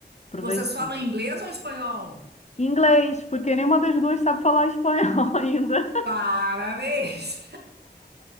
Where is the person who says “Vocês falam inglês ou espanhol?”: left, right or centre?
Right